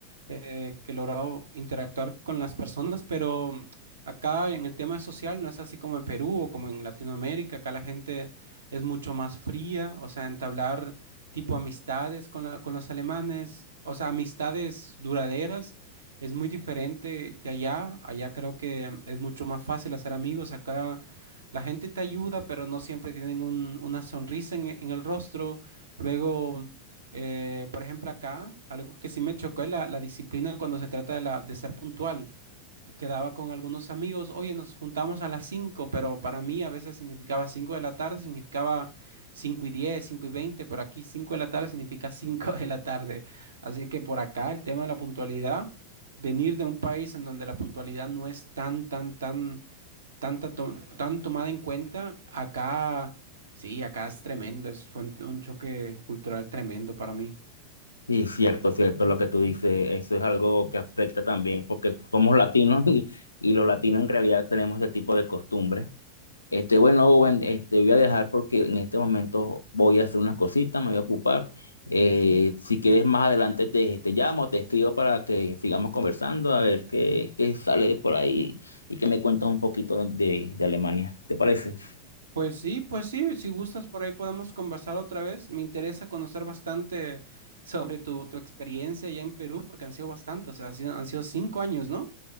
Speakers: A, on the right; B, on the left.
A: eh, que he logrado interactuar con las personas, pero acá en el tema social no es así como en Perú o como en Latinoamérica, acá la gente es mucho más fría, o sea, entablar tipo amistades con la- con los alemanes, o sea, amistades duraderas. Es muy diferente que allá. Allá creo que es mucho más fácil hacer amigos. Acá la gente te ayuda, pero no siempre tienen un- una sonrisa en, en el rostro. Luego, eh, por ejemplo, acá algo que sí me chocó es la, la disciplina cuando se trata de, la, de ser puntual. Quedaba con algunos amigos, oye, nos juntamos a las 5, pero para mí a veces significaba 5 de la tarde, significaba 5 y 10, 5 y 20. pero aquí 5 de la tarde significa <laughs> 5 de la tarde. Así que por acá el tema de la puntualidad, venir de un país en donde la puntualidad no es tan, tan, tan, tanta, to- tan tomada en cuenta, acá... Sí, acá es tremendo, es fue un un choque cultural tremendo para mí.
B: <laughs> sí cierto, cierto, lo que tú dices, eso es algo que afecta también, porque somos latinos <laughs> y, y los latinos en realidad tenemos este tipo de costumbres. Este, bueno, Owen, este, voy a dejar porque en este momento voy a hacer unas cositas, me voy a ocupar. Eh, si quieres más adelante te, te llamo, te escribo para que sigamos conversando, a ver qué, qué sale por ahí y que me cuentas un poquito de, de Alemania. ¿Te parece?
A: Pues sí, pues sí, si gustas por ahí podemos conversar otra vez. Me interesa conocer bastante sobre tu, tu experiencia allá en Perú, porque han sido bastante, o sea, han sido, han sido cinco años, ¿no?